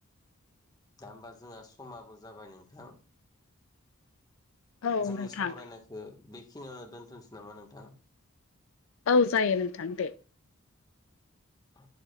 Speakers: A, on the left (about 15°); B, on the left (about 65°).
A: दा होमबा जोंहा समाबो जाबाय नोंथां।
B: औ
A: जोंनि
B: नोंथां
A: सावरायनायखौ बेखिनियावनो दोनथ'सै नामा नोंथां।
B: औ जायो नोंथां दे।
A: औ